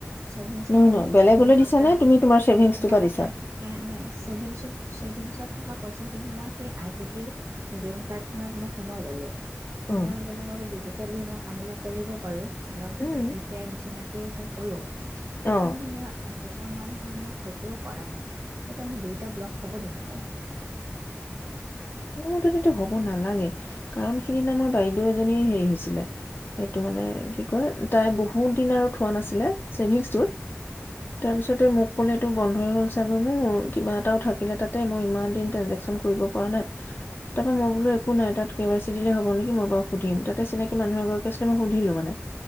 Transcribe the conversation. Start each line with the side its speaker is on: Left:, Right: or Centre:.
Right: ছেভিংছৰ
Left: নহয়
Right: কাৰণে
Left: নহয় বেলেগলৈ
Right: ছেভিংছৰ
Left: দিছা
Right: পৰা
Left: নে তুমি তোমাৰ ছেভিংছটোৰ
Right: নাই
Left: পৰা দিছা
Right: নাই। নাই নাই ছেভিংছত ছেভিংছত থকা পইচাখিনি মই সেই আই পি বি গ্ৰীণ কাৰ্ডখনত মই সোমাই ল'লোঁ। সোমোৱাই
Left: উম
Right: ললে, মই ত ডিজিটেলি মই কামবিলাক কৰিব পাৰোঁ। ধৰক
Left: উম
Right: ইউ পি আই নিচিনাকৈ যে কৰোঁ
Left: অঁ
Right: এতিয়া মানে মই একবছৰমান হ'ল মই সেই টো কৰা নাই এতিয়া মোৰ দুইটা ব্লক হ'ব নেকি বাৰু?
Left: মোৰ মতেটো হ'ব নালাগে, কাৰণ সিদিনা আমাৰ বাইদেউ এজনীৰ হেৰি হৈছিলে। সেইটো মানে কি কয় তাই বহুত দিন আৰু থোৱা নাছিলে। ছেভিংছটোত, তাৰপিছতে মোক ক'লে বন্ধ হৈ গ'ল চাগৈ মোৰ কিবা এটাও থাকিলে তাতে মই ইমান দিন ট্ৰেঞ্জেকশচন কৰিব পৰা নাই। তাৰ পৰা মই বোলো একো নাই তাত কে ৱাই চি দিলে হ'ব নেকি মই বাৰু সুধিম তাতে চিনাকি মানুহ এগৰাকী আছিলে। সুধিলো মানে